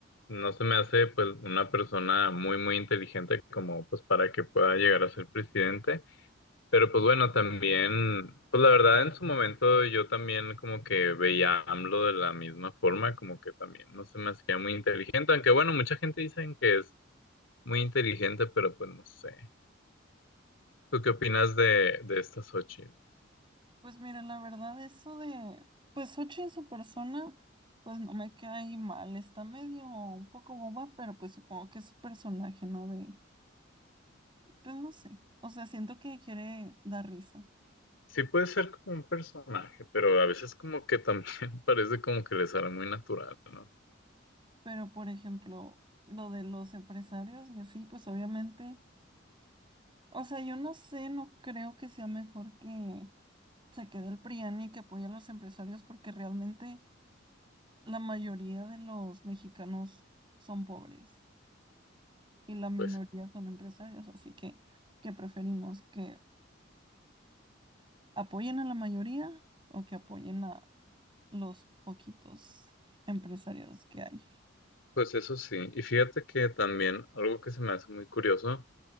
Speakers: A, on the left; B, on the right.
A: no se me hace pues una persona muy, muy inteligente como pues para que pueda llegar a ser presidente. Pero pues bueno, también, pues la verdad en su momento yo también como que veía a AMLO de la misma forma, como que también no se me hacía muy inteligente, aunque bueno, mucha gente dicen que es muy inteligente, pero pues no sé. ¿Tú qué opinas de, de esta Xochitl?
B: Pues mira, la verdad, eso de, pues Xochitl en su persona, pues no me cae mal, está medio un poco boba, pero pues supongo que es su personaje, ¿no? De, pues no sé, o sea, siento que quiere dar risa,
A: Sí puede ser como un personaje, pero a veces como que también <laughs> parece como que le sale muy natural, ¿no?
B: pero por ejemplo, lo de los empresarios y así, pues obviamente... O sea, yo no sé, no creo que sea mejor que se quede el PRIAN y que apoye a los empresarios porque realmente la mayoría de los mexicanos son pobres y la minoría
A: Pues,
B: son empresarios, así que ¿qué preferimos? ¿Que apoyen a la mayoría o que apoyen a los poquitos empresarios que hay?
A: pues eso sí. Y fíjate que también algo que se me hace muy curioso.